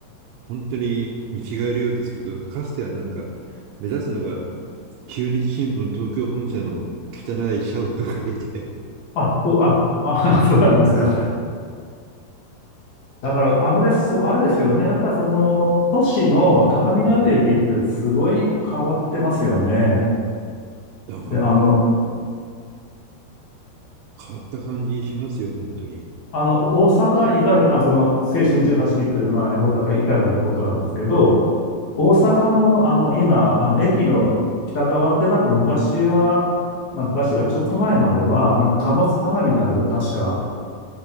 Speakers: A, on the right; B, on the left.
A: 本当に見違えるようですけど、かつてはなんか、目立つのが、中日新聞東京本社の汚い社屋ぐらいで、
B: あ、そう、あ、あ、<laughs> そうなんですか。だから、あのです、そう、あれですよね。やっぱりその、都市のターミナル駅ってすごい変わってますよね。
A: <laughs> うん。だから、
B: で、あの、
A: 変わった感じしますよ、本当に。
B: あの、大阪行かれた、あ、その、青春18切符で前、大阪行かれたってことなんですけど、大阪も、あの、今、あの、駅の北側ってなんか昔は、まあ、昔がちょっと前までは、なんか貨物ターミナルが確か